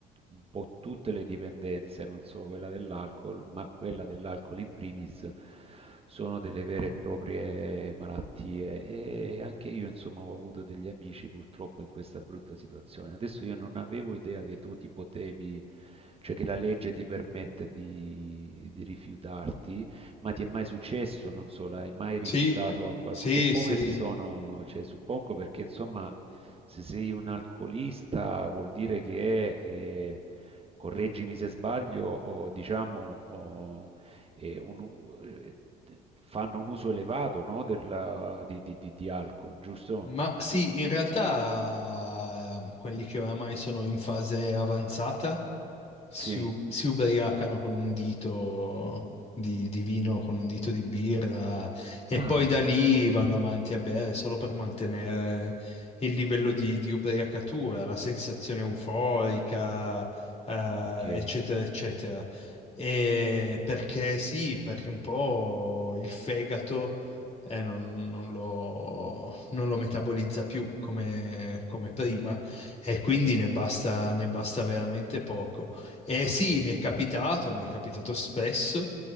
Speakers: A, on the right; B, on the left.
A: un po' tutte le dipendenze, non solo quella dell'alcol, ma quella dell'alcol in primis, sono delle vere e proprie malattie e anche io insomma ho avuto degli amici purtroppo in questa brutta situazione. Adesso io non avevo idea che tu ti potevi, cioè che la legge ti permette di, di rifiutarti ma ti è mai successo? Non so, l'hai mai rifiutato
B: Sì,
A: a qualcuno?
B: sì,
A: E come
B: sì.
A: si sono, cioè, suppongo perché insomma, se sei un alcolista vuol dire che è, eh, correggimi se sbaglio, o diciamo, o, eh, un u- eh, d- fanno un uso elevato, no, della- di, di- di- di alcol, giusto?
B: Ma sì, in realtà eh, quelli che oramai sono in fase avanzata si,
A: Sì.
B: u- si ubriacano con un dito di, di vino, con un dito di birra e
A: Ah,
B: poi da lì vanno avanti a bere solo per mantenere il livello di, di ubriacatura, la sensazione euforica, eh,
A: ok. Eh,
B: eccetera, eccetera. E perché sì, perché un po' il fegato eh, non non lo non lo metabolizza più come, come prima e quindi
A: ecco.
B: ne basta, ne basta veramente poco. E sì,
A: ok.
B: mi è capitato, mi è capitato spesso